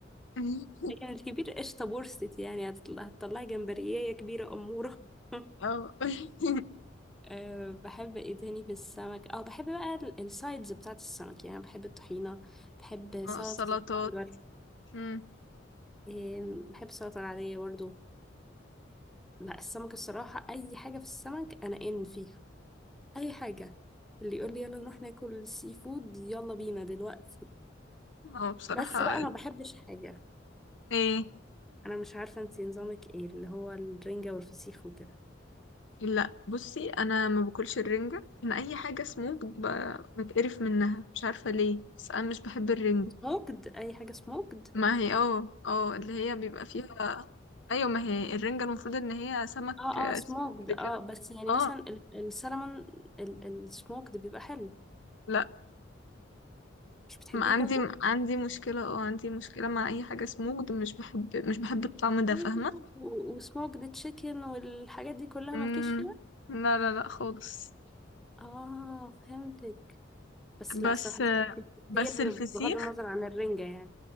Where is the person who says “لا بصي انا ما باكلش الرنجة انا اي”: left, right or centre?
Left